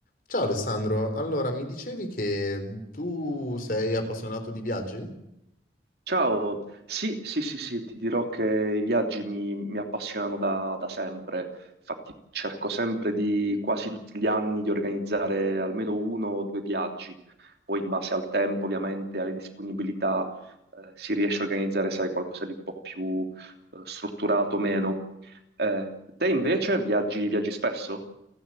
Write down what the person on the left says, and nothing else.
Ciao Alessandro, allora mi dicevi che tu sei appassionato di viaggi?